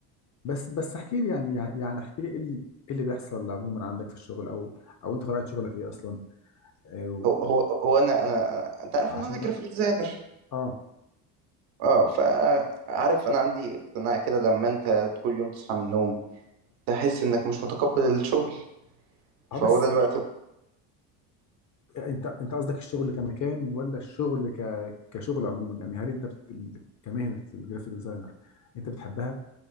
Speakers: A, on the left; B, on the right.
A: بس بس احكي لي يعني يعني احكي لي ايه ال- إيه اللي بيحصل عموما عندك في الشغل او او انت طبيعه شغلك ايه اصلا آه، و-
B: هو هو, هو انا انا انت عارف
A: عشان
B: ان انا جرافيك
A: اه
B: ديزاينر
A: اه
B: اه فعارف انا عندي اقتناع كده لما انت كل يوم تصحى من النوم تحس انك مش متقبل الشغل فهو
A: اه بس
B: ده الوقت
A: انت انت قصدك الشغل كمكان ولا الشغل ك... كشغل عموما يعني هل انت بت... كمهنه الجرافيك ديزاينر انت بتحبها